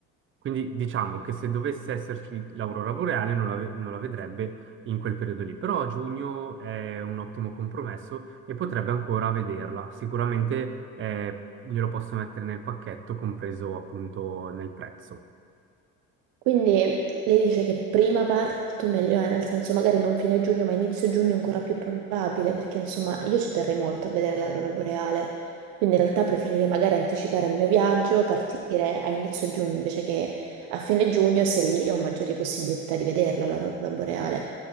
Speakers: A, on the right (about 35°); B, on the right (about 85°).
A: Quindi diciamo che se dovesse esserci l'aurora boreale non la, ve- non la vedrebbe in quel periodo lì, però a giugno è un ottimo compromesso e potrebbe ancora vederla. Sicuramente eh, glielo posso mettere nel pacchetto, compreso appunto nel prezzo.
B: Quindi lei dice che prima parto meglio è, nel senso magari non fine giugno, ma inizio giugno è ancora più probabile, perché insomma io ci terrei molto a vedere l'aurora boreale, quindi in realtà preferirei magari anticipare il mio viaggio, partire a inizio giugno invece che a fine giugno, se lì ho maggiori possibilità di vederla l'aurora boreale.